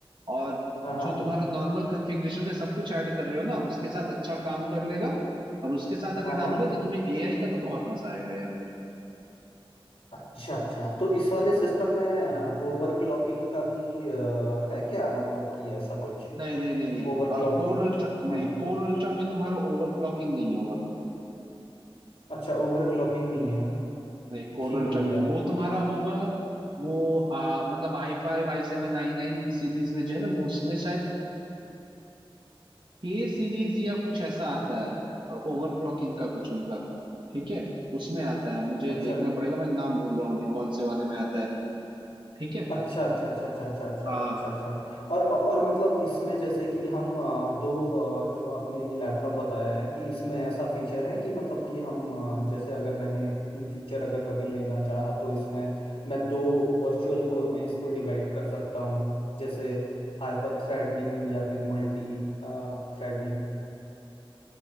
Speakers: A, on the right; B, on the left.
A: और
B: हाँ हाँ
A: जो तुम्हारा नॉर्मल कॉन्फ़िगरेशन का सब कुछ ऐड कर रहे हो ना उसके साथ अच्छा काम कर लेगा और उसके साथ अगर
B: हाँ हाँ
A: डालोगे तो तुम्हें एआई का तो बहुत मजा आएगा यार
B: अच्छा अच्छा तो इस वाले सिस्टम में ओवरक्लॉकिंग का भी अ, है क्या मतलब कि ऐसा कुछ
A: नहीं नहीं नहीं नहीं
B: ओवरक्लॉकिंग
A: कोर अल्ट्रा
B: हाँ
A: नहीं कोर अल्ट्रा में तुम्हारा ओवरक्लॉकिंग नहीं होगा
B: अच्छा ओवरक्लॉकिंग नहीं है ना
A: नहीं कोर
B: ठीक
A: अल्ट्रा
B: हो गया
A: में नहीं वो तुम्हारा होगा वो आ, मतलब I five I seven I nine series में जो है वो उसमें शायद के सीरीज या कुछ ऐसा आता है ओवरक्लॉकिंग का कुछ उनका ठीक है उसमें आता है मुझे
B: अच्छा
A: देखना पड़ेगा मैं नाम भूल रहा हूँ अभी कौन से वाले में आता है ठीक है
B: अच्छा अच्छा अच्छा अच्छा अच्छा अच्छा
A: हाँ
B: अच्छा अच्छा और और मतलब इसमें जैसे कि हम अ, दो अ, जो आपने ये लैपटॉप बताया है कि इसमें ऐसा फीचर है कि मतलब कि हम अ, जैसे अगर मैंने इन फ्यूचर अगर कभी लेना चाहा तो इसमें मैं दो वर्चुअल कोर में इसको डिवाइड कर सकता हूँ जैसे हाइपर थ्रेडनिंग या फिर मल्टी थ्रेडनिंग